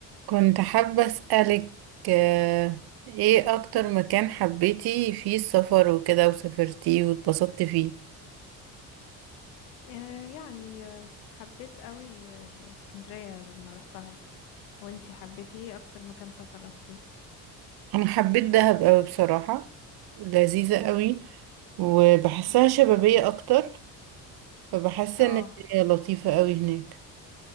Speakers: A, on the right (about 55°); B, on the left (about 80°).
A: كنت حابة أسألك آه، ايه اكتر مكان حبيتي فيه السفر وكده وسافرتيه واتبسطتي فيه
B: آه، يعني آه، حبيت قوي آه، اسكندرية لما روحتها وانتي حبيتي ايه اكتر مكان سفر روحتي
A: انا حبيت دهب قوي بصراحة لذيذة قوي وبحسها
B: مم.
A: شبابية اكتر فبحس
B: اه
A: ان الدنيا لطيفة قوي هناك